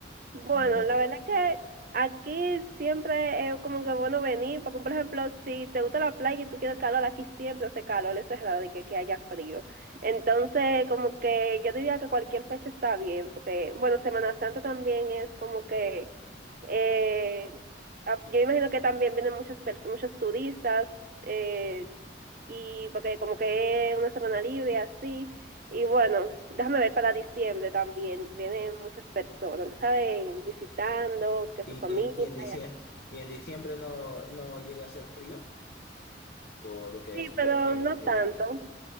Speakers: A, on the right; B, on the left.
A: Bueno,
B: Bueno, las...
A: la verdad es que aquí siempre es como que bueno venir, porque por ejemplo, si te gusta la playa y tú quieres calor, aquí siempre hace calor, es cerrado y que, que haya frío. Entonces, como que yo diría que cualquier fecha está bien, porque bueno, Semana Santa también es como que, eh, a- yo imagino que también vienen muchas pers- muchos turistas, eh, y porque como que es una semana libre así. Y bueno, déjame ver para diciembre también. Vienen muchas personas, tú sabes, visitando, que
B: ¿Y,
A: su familia
B: y, en, y, en dicie-
A: y así.
B: y en diciembre no, no llega a ser frío? Por lo que
A: Sí,
B: supongo
A: pero
B: que
A: no
B: eh,
A: tanto.